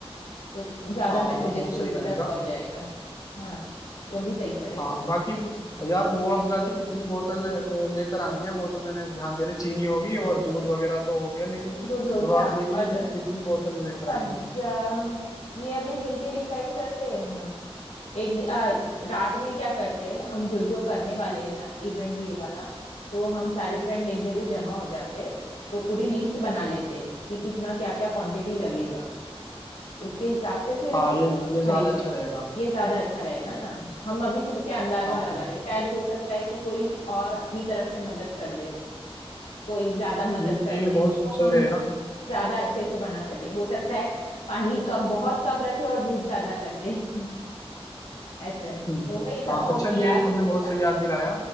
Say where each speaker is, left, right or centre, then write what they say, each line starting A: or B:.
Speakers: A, on the left; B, on the left.
A: तो ज्यादा
B: हाँ
A: मैसेजेस
B: वो बहुत सही
A: लोगों
B: रहेगा
A: तक पहुंच जाएगा हाँ वो भी सही पड़ेगा
B: हाँ बाकी यार रूह अफ़ज़ा की कितनी बोतल अ, लेकर आनी है वो तो मैंने ध्यान देना चीनी होगी और दूध वगैरह तो हो गया लेकिन
A: दूध हो
B: रूह
A: गया
B: अफ़ज़ा की
A: और
B: कितनी बोतल लेकर
A: सब्जा
B: आए
A: ये अभी मिलके डिसाइड करते हैं हम एक दि- आ, रात में क्या करते हैं हम जो जो करने वाले हैं ना इवेंट ये वाला तो हम सारे फ्रेंड एक जगह जमा हो जाते हैं तो पूरी लिस्ट बना लेते हैं कि कितना क्या क्या क्वांटिटी लगेगा उसके हिसाब से फिर
B: हाँ
A: हम
B: ये
A: अ,
B: ये ज्यादा
A: खरीद
B: अच्छा
A: लेते
B: रहेगा
A: हैं ये ज्यादा अच्छा रहेगा ना हम अभी से क्या अंदाजा
B: हाँ
A: लगा रहे हैं शायद हो सकता है कि कोई और अपनी तरफ से मदद कर दे कोई ज्यादा मदद
B: नहीं
A: कर
B: ये
A: दे
B: बहुत
A: तो
B: सही
A: हम
B: रहेगा
A: ज्यादा अच्छे से बना सके हो सकता है पानी कम बहुत कम रखे और दूध ज्यादा कर दे <laughs> ऐसे है। तो
B: हम्म
A: वही सबको
B: हाँ अच्छा ये
A: मिला लेते
B: तुमने बहुत
A: हैं शाम
B: सही याद दिलाया